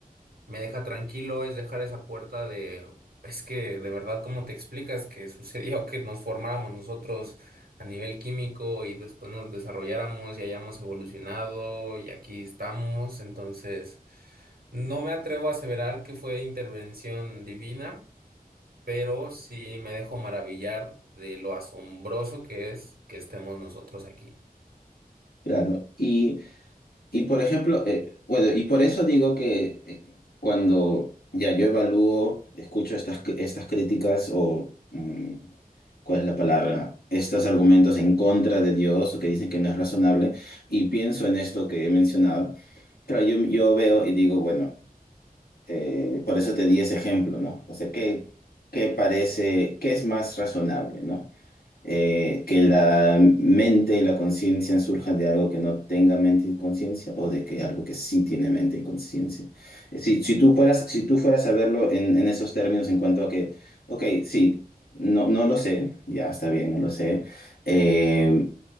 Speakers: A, on the right; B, on the left.
A: me deja tranquilo es dejar esa puerta de, es que de verdad, ¿cómo te explicas que <laughs> sucedió que nos formáramos nosotros a nivel químico y después nos desarrolláramos y hayamos evolucionado y aquí estamos? Entonces, no me atrevo a aseverar que fue intervención divina, pero sí me dejo maravillar de lo asombroso que es que estemos nosotros aquí.
B: Claro. Y Y por ejemplo, eh, bueno, y por eso digo que eh, cuando ya yo evalúo, escucho estas, cr- estas críticas o, mm, ¿cuál es la palabra? Estos argumentos en contra de Dios o que dicen que no es razonable y pienso en esto que he mencionado, claro, yo, yo veo y digo, bueno, eh, por eso te di ese ejemplo, ¿no? O sea, ¿qué, qué parece, qué es más razonable, ¿no? eh, que la mente y la conciencia surjan de algo que no tenga mente y conciencia o de que algo que sí tiene mente y conciencia. Eh, Si, si tú fueras, si tú fueras a verlo en, en esos términos en cuanto a que, ok, sí, no, no lo sé, ya está bien, no lo sé, eh,